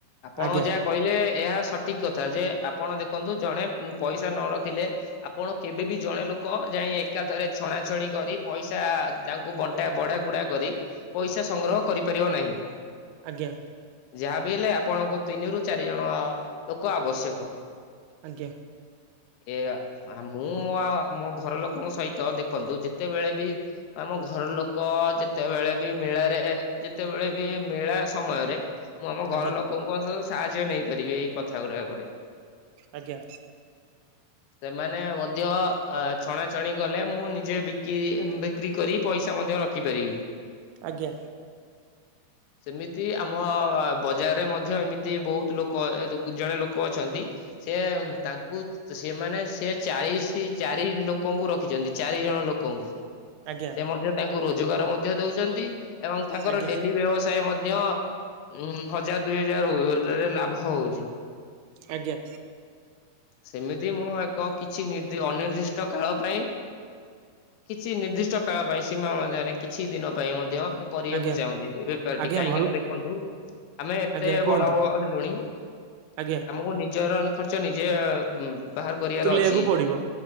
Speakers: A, on the left (about 85°); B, on the right (about 85°).
A: ଆପଣଙ୍କ
B: ଆଜ୍ଞା
A: ଯାହା କହିଲେ ଏହା ସଠିକ୍ କଥା ଯେ ଆପଣ ଦେଖନ୍ତୁ ଜଣେ ପଇସା ନ ରଖିଲେ ଆପଣ କେବେ ବିି ଜଣେ ଲୋକ ଯାଇଁ ଏକାଥରେ ଛଣାଛଣି କରି ପଇସା କା ତାଙ୍କୁ ବଣ୍ଟା ବଢ଼ା କୁଢ଼ା କରି ପଇସା ସଂଗ୍ରହ କରିପାରିବ ନାହିଁ।
B: ଆଜ୍ଞା।
A: ଯାହାବି ହେଲେ ଆପଣଙ୍କୁ ତିନିରୁ ଚାରି ଜଣଅ ଲୋକ ଆବଶ୍ୟକ।
B: ଆଜ୍ଞା।
A: ଏ ମୁଁ ମୋ ଆଉ ମୋ ଘର ଲୋକଙ୍କ ସହିତ ଦେଖନ୍ତୁ ଯେତେବେଳେ ବି ଆମ ଘର ଲୋକ ଯେତେବେଳେ ବି ମେଳାରେ ଯେତେବେଳେ ବି ମେଳା ସମୟରେ ମୁଁ ଆମ
B: ଆଜ୍ଞା
A: ଘର ଲୋକଙ୍କ ସହ ସାହାର୍ଯ୍ୟ ନେଇପାରିବି ଏଇ କଥା ଗୁରାକରେ।
B: ଆଜ୍ଞା।
A: ସେମାନେ ମଧ୍ୟ ଅ ଛଣାଛଣି ଗଲେ ମୁଁ ନିଜେ ବିକି ଉଁ ବି ବିକ୍ରି କରି ପଇସା ମଧ୍ୟ ରଖିପାରିବି।
B: ଆଜ୍ଞା।
A: ସେମିତି ଆମ ବଜାରରେ ମଧ୍ୟ ଏମିତି ବହୁତ ଲୋକ ଅ ଜଣେ ଲୋକ ଅଛନ୍ତି। ସେ ତାଙ୍କୁ ସେମାନେ ସେ ଚଳିଶ ଚାରି ଲୋ ଲୋକଙ୍କୁ ରଖିଛନ୍ତି ଚାରି ଜଣ ଲୋକଙ୍କୁ
B: ଆଜ୍ଞା।
A: ସେ ମଧ୍ୟ ତାଙ୍କୁ ରୋଜଗାର ମଧ୍ୟ ଦଉଛନ୍ତି ଏବଂ ତାଙ୍କର
B: ଆଜ୍ଞା
A: ଡେଲି ବ୍ୟବସ ମଧ୍ୟ ଉ ହଜାର ଦୁଇ ହଜାର ହଉ ଲାଭ ହଉଛି।
B: ଆଜ୍ଞା।
A: ସେମିତି ମୁଁ ଏକ କିଛି ନିଦ ଅନିର୍ଦ୍ଦିଷ କାଳ ପାଇଁ କିଛି ନିର୍ଦ୍ଦିଷ୍ କଷ୍ଟ କାଳ ପାଇଁ ସୀମା ମଧ୍ୟରେ କିଛି ଦିନ ପାଇଁ ମଧ୍ୟ ଉଁ କରିବାକୁ
B: ଆଜ୍ଞା
A: ଚାହୁଁଛି ଏ ବେପାରଟି
B: ଆଜ୍ଞା
A: କାହିଁକି
B: ଭଲ
A: ନା ଦେଖନ୍ତୁ ଆମେ ଏତେ
B: ଆଜ୍ଞା କୁହନ୍ତୁ
A: ବଡ ହେଲୁଣି
B: ଆଜ୍ଞା
A: ଆମକୁ ନିଜର ଖର୍ଚ୍ଚ ନିଜେ ଉଁ ବାହାର କରିବାର
B: ତୁଲେଇବାକୁ
A: ଅଛି
B: ପଡିବ